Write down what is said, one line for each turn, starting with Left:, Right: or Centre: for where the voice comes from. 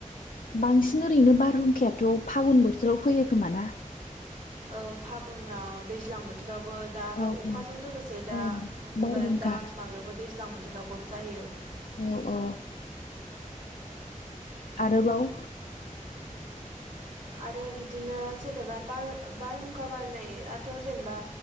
Left: बांसिन ओरैनो बारहुंखायाथ' फागुन बोथोराव फैयो खोमा ना?
Right: औ फागुनाव दैज्लां बोथोर बोथोरावबो दाबो
Left: औ
Right: अखाजों
Left: औ
Right: लोगोसे दा
Left: औ
Right: दा
Left: बारहुंखा
Right: माबायावबो दैज्लां बोथोरावबो जायो
Left: औ औ आरोबाव
Right: आरो बिदिनो जेनेबा बार बारहुंखा बारनायाथ' जेनेबा